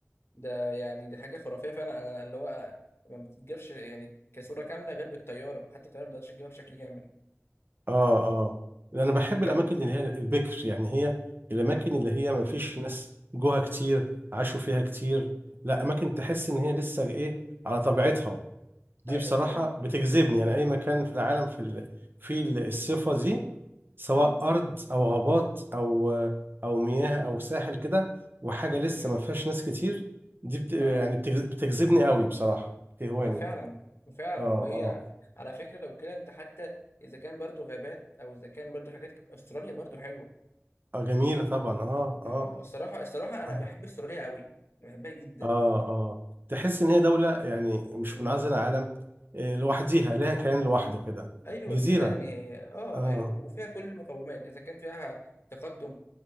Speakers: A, on the left; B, on the right.
A: ده يعني دي حاجة خرافية فعلا أنا اللي هو ما بتتجابش يعني كصورة كاملة غير بالطيارة حتى الطيارة ما تقدرش تجيبها بشكل كامل
B: اه اه انا بحب
A: بجد
B: الاماكن اللي هي البكر يعني هي الاماكن اللي هي ما
A: مم.
B: فيش ناس جوها كتير عاشوا فيها كتير لا
A: مم.
B: اماكن تحس ان هي لسه ايه على طبيعتها دي
A: أيوه
B: بصراحة
A: فعلا
B: بتجذبني يعني أي مكان في العالم في ال... في ال- الصفة دي سواء
A: مم.
B: أرض أو غابات أو أو مياه أو ساحل كده وحاجة لسه
A: مم.
B: ما فيهاش ناس كتير دي بت... يعني
A: اه
B: بتجز... بتجذبني قوي بصراحة بتهواني
A: ما فعلا ما فعلا
B: آه آه
A: وهي على فكرة لو كده انت حتى اذا كان برضو غابات او اذا كان برضو حاجات استراليا برضو حلوة
B: آه جميلة طبعا آه
A: اه
B: آه
A: الصراحة الصراحة انا
B: آه
A: بحب استراليا قوي بحبها جدا
B: آه آه تحس إن هي دولة يعني مش
A: مم.
B: منعزلة عن العالم آه، لوحديها لها كيان لوحده كده
A: ايوه
B: جزيرة
A: كده يعني اه
B: آه
A: يعني وفيها كل المقومات اذا كان فيها تقدم